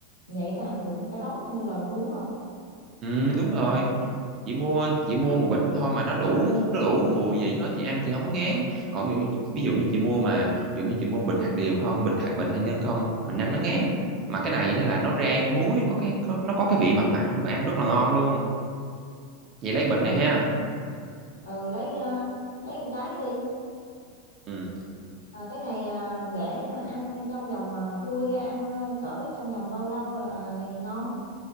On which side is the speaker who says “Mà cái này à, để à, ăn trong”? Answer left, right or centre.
Left